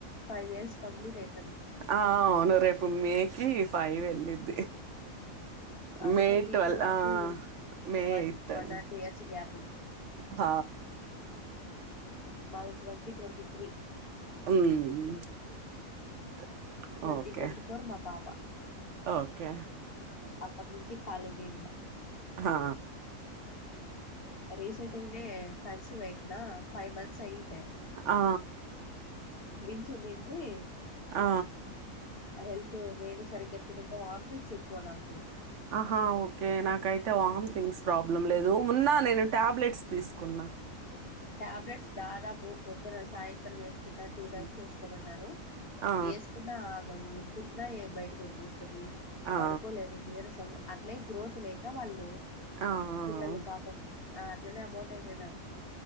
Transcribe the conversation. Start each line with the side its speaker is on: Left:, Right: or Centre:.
Left: ఫైవ్ ఇయర్స్ కంప్లీట్ అయితది
Right: ఆ అవును రేపు మేకి ఫైవ్ వెళ్ళద్ది
Left: అంటే
Right: మే
Left: మీకు
Right: ట్వల్
Left: మాకు
Right: ఆ మే
Left: వన్
Right: ఎయిత్
Left: వన్
Right: అయింది
Left: ఆర్ టూ ఇయర్స్ గ్యాప్
Right: హ
Left: మాది twenty twenty three
Right: um
Left: twenty
Right: okay
Left: twenty four మా పాప
Right: ఓకే
Left: అప్పటి నుంచి ఖాళీ గేంగా
Right: హా
Left: రీసెంట్గనే కన్సివ్ అయ్యిందా ఫైవ్ మంత్స్ అయిండె
Right: ఆ
Left: ట్విన్స్ ఉండుండ్రి
Right: ఆ
Left: ఆ హెల్త్ నేను సరిగ్గా తినక వాంథింగ్స్ ఎక్కువ నాకు
Right: ఆహా ఓకే నాకైతే వామ్ థింగ్స్ ప్రాబ్లం లేదు ఉన్న నేను టాబ్లెట్స్ తీసుకు న్నా
Left: టాబ్లెట్స్ దాదాపు పొద్దున సాయంత్రం ఎస్ కున్న టూ
Right: హ్మ్.
Left: టైమ్స్ వేసుకోమన్నారు
Right: ఆ!
Left: ఎసుకున్నా ఆగవు తిన్నా బయటకు వచ్చేస్ టది
Right: ఆ!
Left: పడుకోలేదు నీరసం అట్లే గ్రోత్ లేక వాళ్ళు
Right: ఆ! ఆ! ఆ!
Left: పిల్లలు పాపం ఆ అట్లనే అబోటు అయిపోయినారు